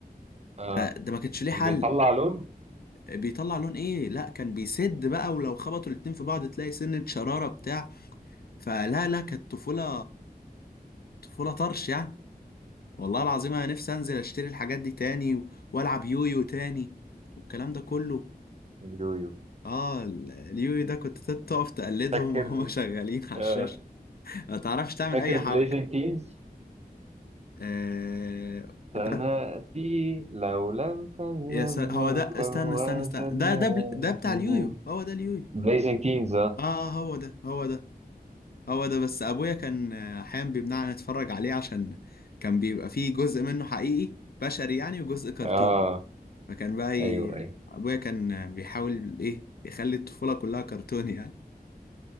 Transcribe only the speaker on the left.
ده, ده ما كانش ليه
حل
بيطلع لون ايه لا كان بيسد بقى ولو خبطوا الاتنين في بعض تلاقي سنة شرارة بتاع فلا لا كانت طفولة طفولة طرش يعني والله العظيم انا نفسي انزل اشتري الحاجات دي تاني و- والعب يويو تاني والكلام ده كله
اه ال- اليويو ده كنت تقف تقلدهم
وهما <laughs> شغالين على
الشاشة ما تعرفش تعمل
اي حركة
آه
ده
يا سل... هو
ده استنى استنى
استنى ده ده بل... ده بتاع اليويو هو ده اليويو
اه آه، هو ده هو ده هو ده بس ابويا كان آه، احيانا بيمنعنا نتفرج عليه عشان كان بيبقى فيه جزء منه حقيقي بشري يعني وجزء كرتون
فكان بقى ي...
ابويا كان بيحاول ايه يخلي الطفولة كلها كرتون يعني